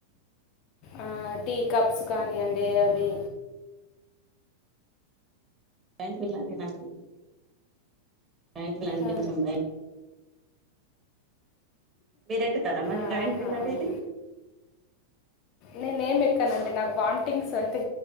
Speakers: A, on the left; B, on the right.
A: ఆ టీ కప్స్ కానీ అండి అవి
B: జాయింట్ వీల్ అంటే నాకు జాయింట్ వీల్ అంటే
A: ఆ.
B: కొంచం భయం మీర ఎక్కుతారా మరి
A: ఆహా
B: జాయింట్ వీల్ అనేది
A: నేనే ఏం ఎక్కానండి నాకు వామిటింగ్స్ అయితే